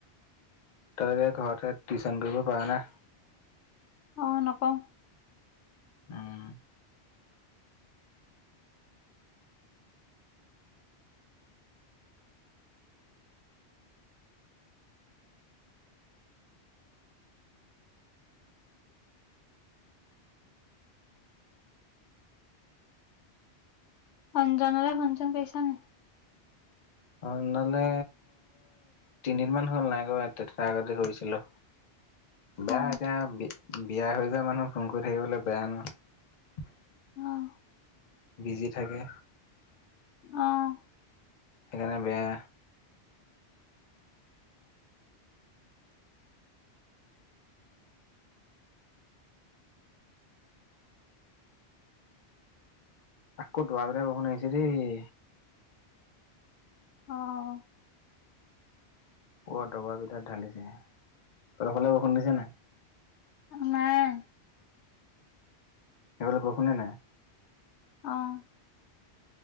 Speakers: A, on the left; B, on the left.
A: তই যে ঘৰতে টিউচন কৰিব পাৰ না
B: অ নাপও
A: উম।
B: অঞ্জন লে ফোন চুন কৰিছ নেকি?
A: অঞ্জনলে তিনিদিনমান হ'ল নাই কৰা তাৰ আগতে কৰিছিলো। বেয়া
B: অ
A: এতিয়া বিয়া হৈ যায় মানুহ ফোন কৰি থাকিবলৈ বেয়া ন।
B: আহ।
A: বিজি থাকে।
B: আহ।
A: সেইকাৰণে বেয়া। আকৌ দবা পিতা বৰষুণ আহিছে দই
B: আহ।
A: অ দবা পিটা ঢালিছে তহঁতৰ ফালে বৰষুণ দিছে নাই?
B: নাই
A: সেইফালে বৰষুণে নাই
B: আহ।